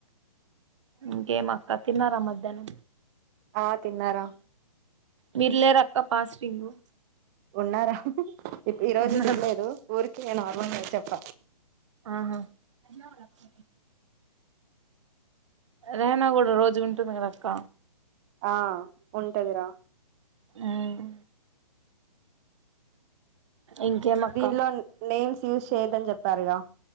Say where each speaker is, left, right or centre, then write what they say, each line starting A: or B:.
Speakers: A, on the right (about 50°); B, on the right (about 25°).
A: ఇంకేం అక్క తిన్నారా మధ్యాహ్నం
B: ఆ తిన్నారా
A: మిర్లే ఆక్క పాస్టింగు
B: ఉన్నారా ఈ రోజు
A: ఉన్నాను
B: తినలేదు ఊరికే నార్మలుగా
A: ఆ
B: చెప్ప
A: ఆహా ఎం కావాలి అక్షయ కి రేనా కూడా రోజు ఉంటమేక్క
B: ఆ ఉంటదిరా
A: ఉమ్ ఇంకేమక్క
B: దీనిలో నేమ్స్ యూజ్ చేయ్యదని చెప్ సరే రా